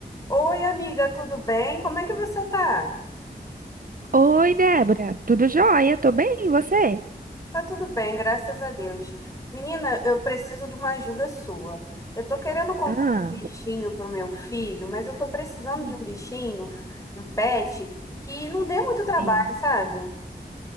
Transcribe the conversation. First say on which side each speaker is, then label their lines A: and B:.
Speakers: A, on the left; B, on the right.
A: Oi, amiga, tudo bem? Como é que você tá?
B: Oi, Débora. Tudo jóia? Tô bem, e você?
A: Tá tudo bem, graças a Deus. Menina, eu preciso de uma ajuda sua. Eu tô querendo comprar
B: Ah,
A: um bichinho pro meu filho, mas eu tô precisando
B: hum,
A: de um bichinho, um pet, que não dê muito trabalho,
B: sim.
A: sabe?